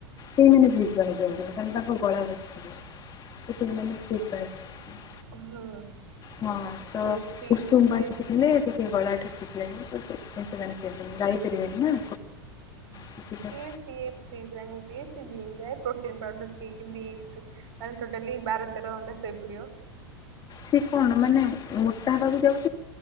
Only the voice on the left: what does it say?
ସେଇମାନେ ବ୍ରିଜ୍ ପାଣି ଦିଅନ୍ତି। କାର ତାଙ୍କ ଗଳା ବସି ସେଇମାନେ୍ରିଜ ପାଣି ଦିଅନ୍ତି।
ହଁ ତ
ଉସୁମପଲେ
ସେ ଗଳା ଠୁ ଠିଲଣି ସେ ସେମାନେ କେ ଗାଇ ପାରିବେନି ନା।
ସେଥିପାଇଁ
ସେ କଣ ମାନେ ମୋଟା ହେବାକୁ ଯାଉ